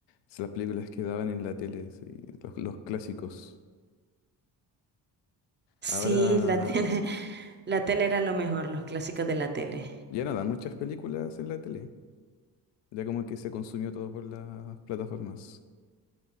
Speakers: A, on the left; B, on the right.
A: Es Las películas que daban en la tele, sí, Los, los clásicos.
B: Sí,
A: Ahora
B: la <laughs> tiene, La tele era lo mejor, los clásicos de la tele.
A: ya no dan muchas películas en la tele. Ya como que se consumió todo por las plataformas.